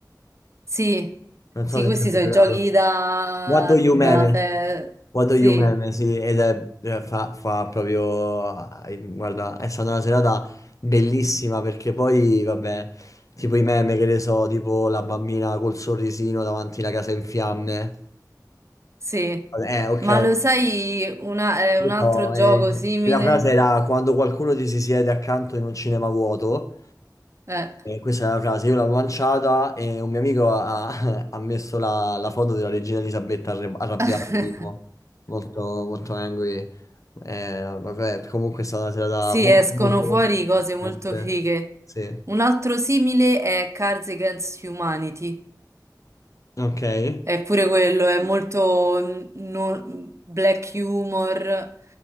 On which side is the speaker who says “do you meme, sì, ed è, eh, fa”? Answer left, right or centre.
Left